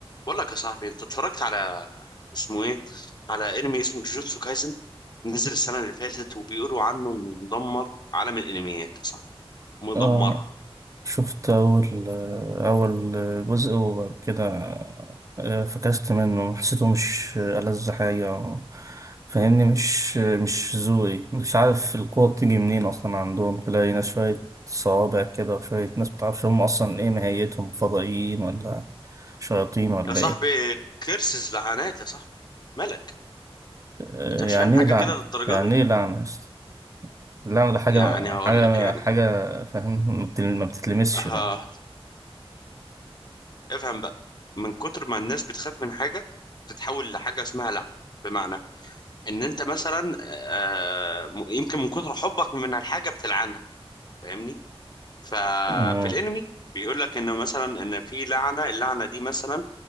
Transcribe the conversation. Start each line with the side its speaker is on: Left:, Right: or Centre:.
Left: بقول لك يا صاحبي انت اتفرجت على اسمه ايه على انمي اسمه جوجوتسو كايزن نزل السنه اللي فاتت وبيقولوا عنه انه مدمر عالم الانميات يا صاحبي مدمرها
Right: آه شفت أول أول جزء وكده آه، فكست منه حسيته مش ألذ حاجة فاهمني مش مش ذوقي مش عارف القوة بتيجي منين أصلا عندهم تلاقي ناس شوية صوابع كده وشوية ناس متعرفش هم أصلا إيه ماهيتهم فضائيين ولا شياطين ولا
Left: يا صاحبي
Right: إيه
Left: كيرسز لعنات يا صاحبي ملك
Right: آه،
Left: انت مش
Right: يعني
Left: فاهم حاجه
Right: إيه لعنة
Left: كده للدرجه
Right: يعني
Left: دي
Right: إيه لعنة يا اسطى؟ اللعنة ده حاجة
Left: يعني هقول
Right: حاجة
Left: لك يعني
Right: حاجة فاهم ما بتل- ما بتتلمسش
Left: اه
Right: يعني
Left: افهم بقى من كتر ما الناس بتخاف من حاجه تتحول لحاجه اسمها لعنه بمعنى ان انت مثلا آه، آه، م- يمكن من كتر حبك من الحاجه بتلعنها فاهمني ففي
Right: مم.
Left: الانمي بيقول لك انه مثلا ان في لعنه اللعنه دي مثلا